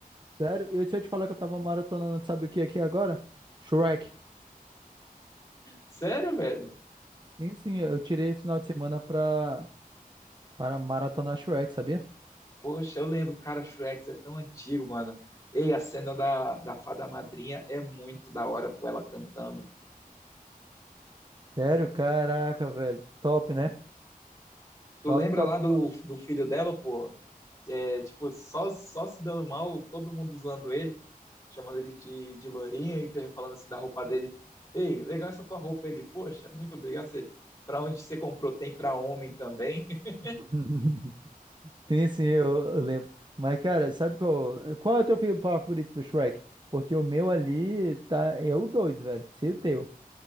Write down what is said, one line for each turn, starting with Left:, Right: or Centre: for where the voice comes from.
Right: Sério, eu, se eu te falar que eu tava maratonando, sabe o que aqui agora? Shrek.
Left: Sério, velho?
Right: Sim, sim, eu tirei esse final de semana pra, para maratonar Shrek, sabia?
Left: Poxa, eu lembro, cara, Shrek é tão antigo, mano. Ei, a cena da, da fada madrinha é muito da hora, pô, ela cantando.
Right: Sério, caraca, velho. Top, né?
Left: Tu
Right: Top,
Left: lembra
Right: top,
Left: lá do,
Right: top.
Left: do filho dela, pô? É, tipo, só, só se dando mal, todo mundo usando ele. chamando ele de, de lourinho e per- falando assim da roupa dele. Ei, legal essa tua roupa. Ele, poxa, muito obrigado. Você, pra onde você comprou? Tem pra homem também? <laughs>
Right: <laughs> Sim, sim, eu, eu lembro. Mas, cara, sabe qual, qual é o teu filme favorito do Shrek? Porque o meu ali tá, é o dois, velho. Se o teu. O